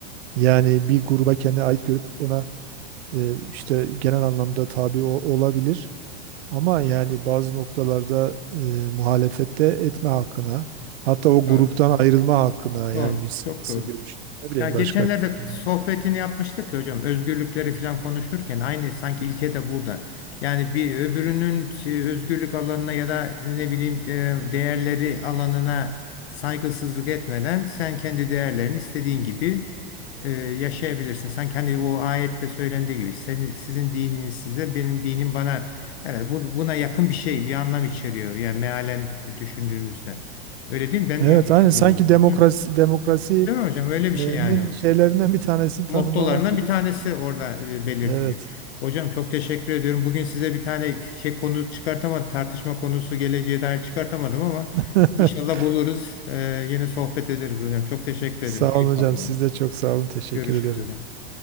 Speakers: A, on the right; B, on the left.
A: yani bir gruba kendine ait görüp ona e, işte genel anlamda tabi o- olabilir. Ama yani bazı noktalarda e, muhalefet etme hakkına hatta o gruptan
B: doğru,
A: ayrılma hakkına yani
B: doğru,
A: bir siyasi
B: çok doğru.
A: görüş ne bileyim
B: Ya geçenlerde
A: başka. bir-
B: sohbetini yapmıştık ya hocam özgürlükleri falan konuşurken aynı sanki ilke de burada. Yani bir öbürünün şey, özgürlük alanına ya da ne bileyim de- değerleri alanına saygısızlık etmeden sen kendi değerlerini istediğin gibi e, yaşayabilirsin. Sanki hani o ayette söylendiği gibi senin sizin dininiz size benim dinim bana herhalde bu- buna yakın bir şey bir anlam içeriyor. Yani mealen düşündüğümüzde. Öyle değil mi? Ben
A: Evet
B: mi yanlış
A: aynı
B: yorumluyorum?
A: sanki demokrasi
B: Değil mi
A: demokrasi
B: Değil mi hocam? Öyle
A: e,
B: bir şey
A: nin
B: yani o
A: şeylerinden bir tanesini
B: mottolarından
A: tanımlamak gibi.
B: bir tanesi orada e, belirtili.
A: Evet.
B: Hocam çok teşekkür ediyorum. Bugün size bir tane şey konu çıkartamadım, tartışma konusu geleceğe dair çıkartamadım ama
A: <laughs>
B: inşallah buluruz. E, yine sohbet ederiz hocam. Çok teşekkür
A: Sağ
B: ediyorum. Keyif
A: olun hocam.
B: aldım.
A: Siz
B: yani.
A: de çok sağ olun. Teşekkür
B: Görüşürüz
A: ederim.
B: hocam.